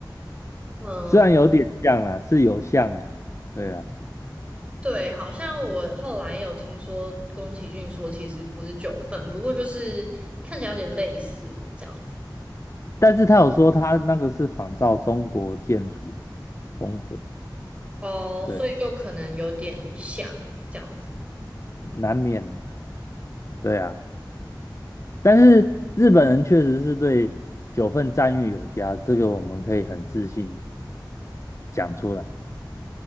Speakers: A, on the right; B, on the left.
A: 嗯，
B: 虽然有点像啦，是有像啦，对啊，
A: 对，好像我后来有听说宫崎骏说其实不是九份，不过就是看起来有点类似这样子
B: 但是他有说他那个是仿照中国建筑风格，
A: 哦，
B: 对，
A: 所以就可能有点像。这样子。
B: 难免，对啊，但是日本人确实是对九份赞誉有加，这个我们可以很自信的讲出来。